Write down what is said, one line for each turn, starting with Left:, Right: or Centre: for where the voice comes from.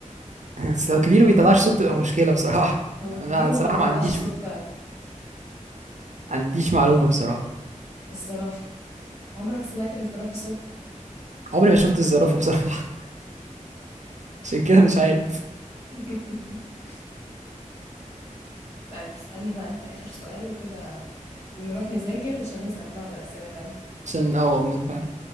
Right: بس لو كبير بيطلعش صوت تبقى مشكلة بصراحة
Left: هو كبير
Right: أنا بصراحة
Left: وما بيطلعش
Right: ما عنديش
Left: صوت
Right: ما
Left: فعلا
Right: عنديش معلومة بصراحة
Left: الزرافه عمرك سمعت للزرافه صوت
Right: عمري ما شفت الزرافة بصراحة <laughs> عشان كده مش عارف
Left: <laughs> طيب اسألني بقى انت اخر سؤال وكده نروح نذاكر عشان نسأل بعض اسئله تانية
Right: عشان اه بنفع-